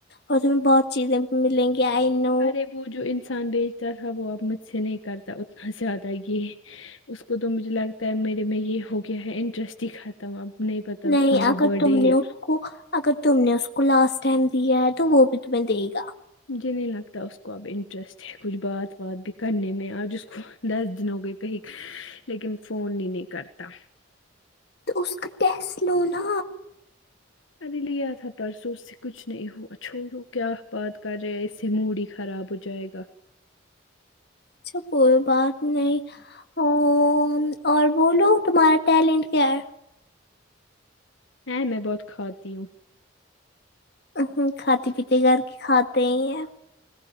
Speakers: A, on the left; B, on the left.
A: اس میں بہت چیزیں بھی ملیں گی ی آئی نو
B: ارے وہ جو انسان بیچتا تھا وہ اب مجھ سے نہیں کرتا اتنا زیادہ یہ اس کو تو مجھے لگتا ہے میرے میں یہ ہو گیا ہے انٹرسٹ ہی ختم اب نہیں پتا
A: نہیں
B: اس کو میرا
A: اگر
B: برتھ
A: تم
B: ڈے ہی
A: نے
B: ہے
A: اس کو اگر تم نے اس کو لاسٹ ٹائم دیا ہے تو وہ بھی تمہیں دے گا
B: مجھے نہیں لگتا اس کو اب انٹرسٹ ہے کچھ بات وات بھی کرنے میں آج کو دس دن ہو گئے کہیں لیکن فون ہی نہیں کرتا
A: اس کا ٹیسٹ لونا
B: ا لی س پرر سو سے کچھ نہیں ہو چھوڑو کیا بات کر رہے اس سے موڈ ہی خراب ہو جائے گا
A: اچھا کوئی بات نہیں ا اور بولو تمہارا ٹیلنٹ کیا ہے
B: ہا میں بہت کھاتی ہوں
A: ہو کھاتے پیتے گھر کے کھاتے ہی ہیں